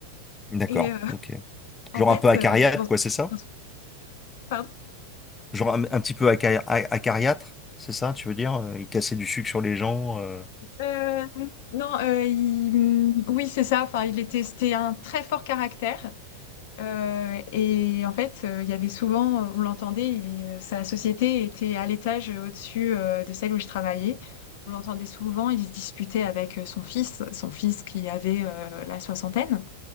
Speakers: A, on the left (about 15°); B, on the left (about 65°).
A: D'accord,
B: Et euh, <laughs>
A: ok.
B: en
A: Genre
B: fait,
A: un peu acariâtre,
B: euh, je pense,
A: quoi, c'est ça?
B: je pense- pardon.
A: Genre un, un petit peu aca- a- acariâtre, c'est ça, tu veux dire? euh, Il cassait du sucre sur les gens. euh.
B: Euh, non, euh, il- oui, c'est ça. Enfin, il était, c'était un très fort caractère. Euh, et en fait, euh, il y avait souvent, euh, on l'entendait, il- euh, sa société était à l'étage euh, au-dessus euh, de celle où je travaillais. On l'entendait souvent, il se disputait avec euh, son fils, son fils qui avait euh, la soixantaine,